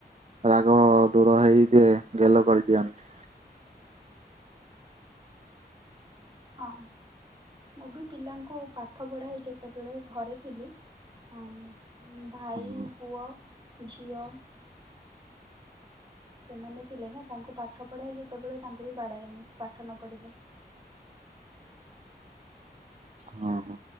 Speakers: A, on the right (about 40°); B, on the right (about 25°).
A: ରାଗ। ଦୂର ହେଇଯେ ଗେଲ କରିଦିଅନ୍ତି।
B: ହଁ, ମୁଁ ବି ପିଲାଙ୍କୁ ପାଠ ପଢ଼ାଏ ଯେତେବେଳେ ଘରେ ଥିଲି। ହଁ, ଭାଇ,
A: ହଁ
B: ପୁଅ, ଝିଅ। ସେମାନେ ଥିଲେ ନା, ତାଙ୍କୁ ପାଠ ପଢ଼ାଏ ଯେତେବେଳେ ତାଙ୍କୁ ବି ବାଡ଼ାଏ ମୁଁ ପାଠ ନ ପଢ଼ିଲେ।
A: ହଁ ହଁ।